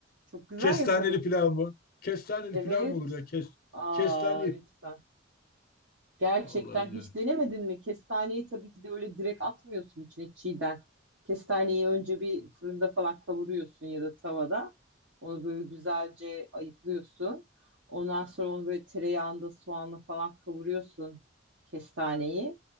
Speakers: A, on the right; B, on the left.
A: çok güzel
B: Kestaneli
A: yaparım.
B: pilav mı? Kestaneli
A: Evet.
B: pilav mı olur ya? Kes,
A: Aa
B: kestane.
A: lütfen. Gerçekten
B: Allah'ım ya.
A: hiç denemedin mi? Kestaneyi tabii ki de öyle direkt atmıyorsun içine çiğden. Kestaneyi önce bir fırında falan kavuruyorsun ya da tavada. Onu böyle güzelce ayıklıyorsun. Ondan sonra onu böyle tereyağında soğanla falan kavuruyorsun kestaneyi.